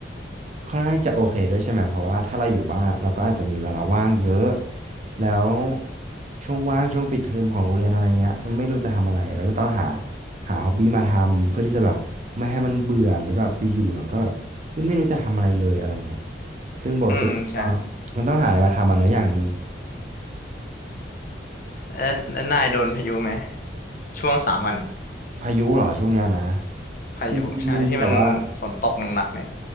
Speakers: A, on the right; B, on the left.
A: ค่อนข้างจะโอเคด้วยใช่ไหมเพราะว่าถ้าเราอยู่บ้านอะเราก็อาจจะมีเวลาว่างเยอะแล้วช่วงว่างช่วงปิดเทอมของโรงเรียนอะไรเงี้ยเราไม่รู้จะทำอะไรเราก็ต้องหาหาฮอบบี้มาทำเพื่อที่จะแบบไม่ให้มันเบื่อหรือแบบอยู่ๆเราก็เฮ้ยไม่รู้จะทำอะไรเลยอะไรเงี้ยซึ่งปกติก็
B: <laughs> อืมใช่
A: มันต้องหาอะไรมาทำอ่ะเนอะอย่างหนึ่ง
B: แล้วแล้วนายโดนพายุไหมช่วงสามวันเนี่ย
A: พายุเหรอช่วงเนี้ยนะ
B: พายุใช่ที่มันฝนตกหนักๆเนี่ย
A: มีมีแต่ว่า